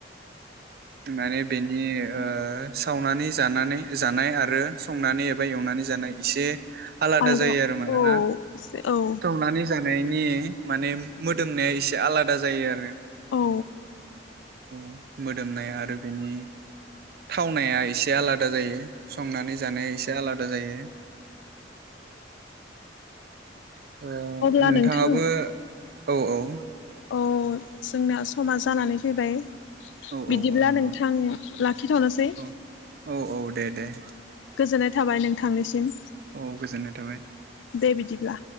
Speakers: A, on the right; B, on the left.
A: माने बेनि ओ सावनानै जानानै जानाय आरो संनानै एबा एवनानै जानाय इसे आलादा
B: आलदा
A: जायो आरो मानोना
B: औ औ
A: टौनानै जानायनि माने मोदोमनाया इसे आलादा जायो आरो।
B: औ।
A: अ मोद मोदोमनाय आरो बेनि थावनाया इसे आलादा जायो संनानै जानाया इसे आलादा जायो। ओ
B: अब्ला
A: नोंथाङाबो।
B: नोंथां
A: औ औ।
B: औ जोंना समा जानानै फैबाय
A: औ
B: बिदिब्ला
A: औ औ नंगौ
B: नोंथां लाखिथ'नोसै।
A: औ औ औ दे दे।
B: गोजोननाय थाबाय नोंथांनिसिम।
A: औ गोजोननाय थाबाय।
B: दे बिदिब्ला।